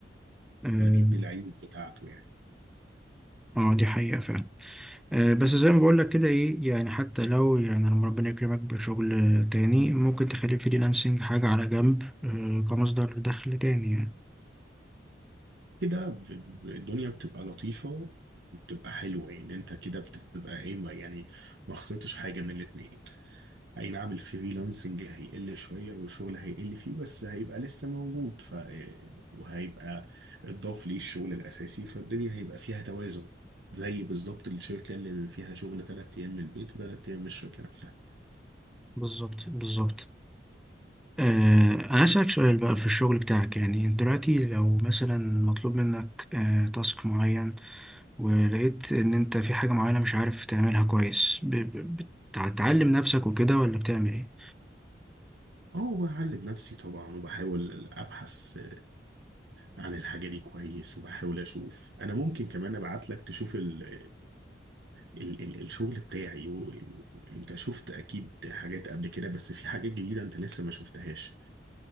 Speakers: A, in the centre; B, on the right.
A: اه
B: فدي من العيوب بتاعته يعني
A: آه، دي حقيقة فعلا آه بس زي ما بقول لك كده ايه يعني حتى لو يعني لما ربنا يكرمك بشغل آه، تاني ممكن تخلي الفريلانسنج حاجة على جنب آه كمصدر دخل تاني يعني
B: كده ب- ب- الدنيا بتبقى لطيفة وبتبقى حلوة يعني انت كده بتبقى ايه ما- يعني ما خسرتش حاجة من الاتنين اي نعم الفريلانسنج هيقل شوية والشغل هيقل فيه بس هيبقى لسه موجود ف وهيبقى اتضاف ليه الشغل الأساسي فالدنيا هيبقى فيها توازن زي بالظبط الشركة اللي فيها شغل تلات أيام من البيت وتلات أيام من الشركة نفسها
A: بالظبط بالظبط آه، أنا أسألك سؤال بقى في الشغل بتاعك يعني دلوقتي لو مثلا مطلوب منك آه، تاسك معين ولقيت إن أنت في حاجة معينة مش عارف تعملها كويس ب- ب- بتعلم نفسك وكده ولا بتعمل إيه؟
B: اه بعلم نفسي طبعا وبحاول ابحث عن الحاجة دي كويس وبحاول أشوف أنا ممكن كمان أبعت لك تشوف ال ال ال الشغل بتاعي و- وأنت شفت أكيد حاجات قبل كده بس في حاجات جديدة أنت لسه ما شفتهاش